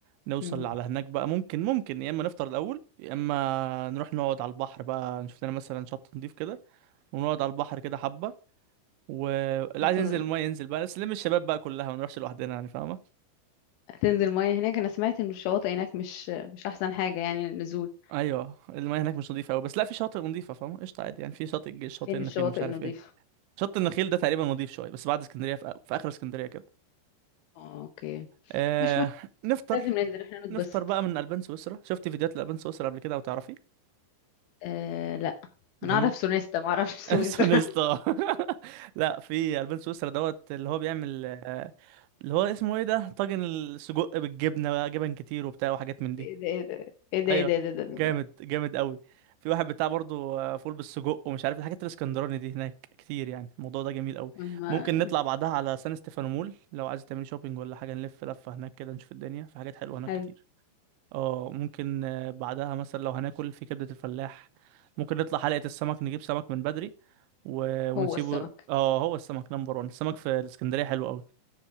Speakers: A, on the right; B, on the left.
A: نوصل
B: مم.
A: على هناك بقى ممكن ممكن يا اما نفطر الاول يا اما نروح نقعد على البحر بقى نشوف لنا مثلا شط نضيف كده ونقعد على البحر كده حبه واللي
B: طب
A: عايز ينزل المايه ينزل بقى بس نلم الشباب بقى كلها ما نروحش لوحدنا يعني فاهمه
B: تنزل ميه هناك انا سمعت ان الشواطئ هناك مش مش احسن حاجه يعني للنزول
A: ايوه المايه هناك مش نضيفه قوي بس لا في شاطئ نضيفه فاهمه قشطه عادي يعني في شاطئ الجيش شاطئ
B: فين
A: النخيل
B: الشواطئ
A: مش عارف
B: النظيفه
A: ايه شط النخيل ده تقريبا نضيف شويه بس بعد اسكندريه في, في اخر اسكندريه كده
B: آه، اوكي
A: آه
B: مش مش
A: نفطر
B: لازم ننزل احنا نتبسط
A: نفطر بقى من البان سويسرا شفت فيديوهات الالبان سويسرا قبل كده او تعرفي
B: آه لا
A: جميل
B: انا اعرف سونيستا ما اعرفش سويسرا
A: <laughs> سونستا <laughs> لا في البان سويسرا دوت اللي هو بيعمل آه، اللي هو اسمه ايه ده طاجن السجق بالجبنه بقى جبن كتير وبتاع وحاجات
B: <laughs>
A: من دي
B: ايه ده ايه ده
A: ايوه
B: ايه ده ايه ده ايه ده, إيه
A: جامد
B: ده, إيه ده.
A: جامد قوي في واحد بتاع برضه آه، فول بالسجق ومش عارف الحاجات الاسكندراني دي هناك كتير يعني الموضوع ده جميل قوي
B: أما
A: ممكن نطلع بعدها على سان ستيفانو مول لو عايز تعملي شوبينج ولا حاجه نلف لفه هناك كده نشوف الدنيا في حاجات حلوه هناك
B: حلو
A: كتير اه ممكن آه، بعدها مثلا لو هناكل في كبده الفلاح ممكن نطلع حلقه السمك نجيب سمك من بدري و... ونسيبه
B: هو السمك
A: اه هو السمك نمبر 1 السمك في الاسكندريه حلو قوي